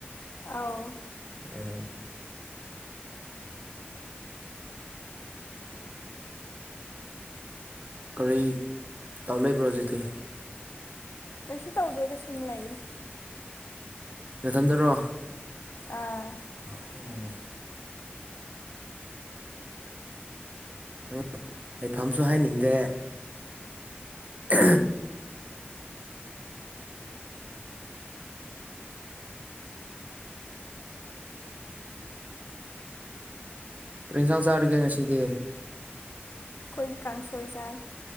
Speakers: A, on the left; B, on the right.
A: ꯑꯥꯎ
B: ꯎꯝ ꯀꯔꯤ ꯇꯥꯎ ꯂꯩꯕ꯭ꯔꯣ ꯍꯧꯖꯤꯗꯤꯤ
A: ꯀꯩꯁꯨ ꯇꯧꯗꯦꯗ ꯁꯨꯝ ꯂꯩꯔꯤ
B: ꯅꯊꯟꯗꯔꯣ
A: ꯑꯥ
B: ꯑꯣ ꯎꯝ ꯑꯩꯐꯝꯝꯁꯨ ꯍꯥꯏꯅꯤꯡꯗꯦ ꯎ ꯔꯤꯟꯖꯥꯡ ꯆꯥꯔꯒꯦ ꯉꯁꯤꯗꯤ
A: ꯈꯣꯏꯗꯤ ꯀꯥꯡꯁꯣꯏ ꯆꯥꯏ